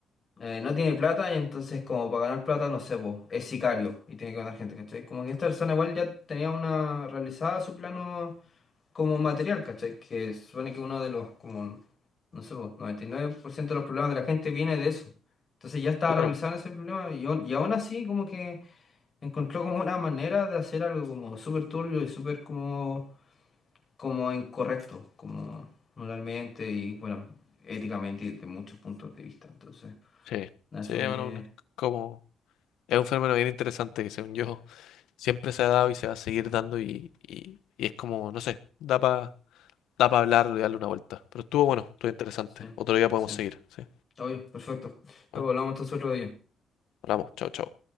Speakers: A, on the left; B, on the left.
A: eh, no tiene plata y entonces como para ganar plata, no sé, vos, es sicario y tiene que ganar gente, ¿cachai? Como que esta persona igual ya tenía una realizada su plano como material, ¿cachai? Que supone que uno de los, como, no sé, vos, 99% de los problemas de la gente viene de eso. Entonces ya estaba
B: claro.
A: realizando ese problema y, aún- y aún así como que encontró como una manera de hacer algo como súper turbio y súper como, como incorrecto, como moralmente y bueno, éticamente y de muchos puntos de vista. Entonces,
B: Sí,
A: nada,
B: sí,
A: eso
B: bueno,
A: me...
B: una- como, es un fenómeno bien interesante que según yo siempre se ha dado y se va a seguir dando y, y, y es como, no sé, da para da pa hablarlo y darle una vuelta. Pero estuvo bueno,
A: mm,
B: estuvo interesante.
A: Sí,
B: Otro día podemos
A: sí.
B: seguir, sí.
A: Obvio, perfecto. Luego
B: Bueno,
A: hablamos entonces otro día.
B: hablamos, chao, chao.